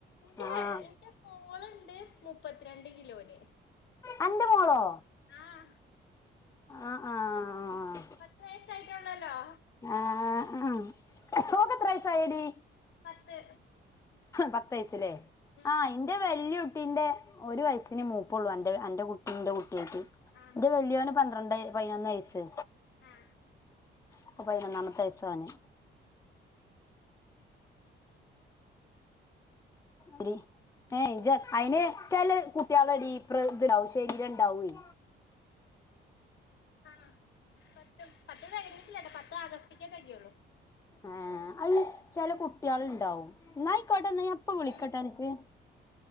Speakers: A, on the left; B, on the left.
A: ന്റെ
B: ആഹ്
A: ഹെയർ ന്റെ മോളുണ്ട് മുപ്പത്തിരണ്ട് കിലോന്
B: അന്റെ മോളോ
A: ആഹ്
B: അഹ് ആഹ്
A: പത്ത് വയസ്സായിട്ടൊള്ളല്ലോ
B: ആഹ് ആഹ് ഓക്ക്‌ എത്ര വയസ്സായടി
A: പത്ത്
B: പത്തുയച്ചല്ലേ
A: ഉം
B: ആഹ് എന്റെ വല്യ കുട് ട്ടീന്റെ ഒരു വയസിന് മൂപ്പുള്ളു അന്റ് അന്റെ കുട്ടീ എന്റെ കുട്ടിയായിട്ട്
A: ആഹ്
B: ന്റെ വല്യോന് പന്ത്രണ്ട് പയ്നൊന്ന് വയസ്സ്
A: ആഹ്
B: ഇപ്പോ പൈനൊന്നാമത്തെ വയസ്സ് ഓന് എടി ഏഹ് ജ്ജ് അയ്ന് ച്ചൊല് കുട്ടികള് ഡീപ്ര ഇത്ണ്ടാവും ശരീരണ്ടാകുവേ
A: ആഹ് പത്ത് പത്ത് കഴിഞ്ഞിട്ടില്ലട്ടോ പത്ത് ആഗസ്റ്റിക്കേ കഴിയൊള്ളൂ
B: ആഹ് അയ് ചെല കുട്ടികളുണ്ടാവും ന്നായിക്കോട്ടേ എന്നാ ഞാൻ പ് ഇപ്പ വിളിക്കട്ട
A: ഉം
B: എൻക്ക്